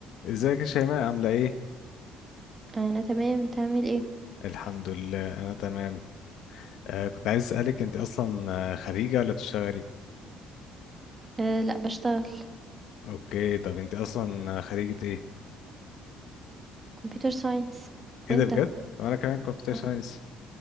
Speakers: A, on the left; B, on the right.
A: ازيك يا شيماء عاملة ايه؟
B: انا تمام انت عامل ايه
A: الحمد لله انا تمام آه كنت عايز اسألك انت اصلا آه، خريجة ولا بتشتغلي؟
B: أه لا بشتغل
A: اوكي طب انت اصلا آه، خريجة ايه؟
B: كمبيوتر ساينس
A: ايه
B: وانت
A: ده بجد؟ وانا كمان كمبيوتر
B: آه،
A: ساينس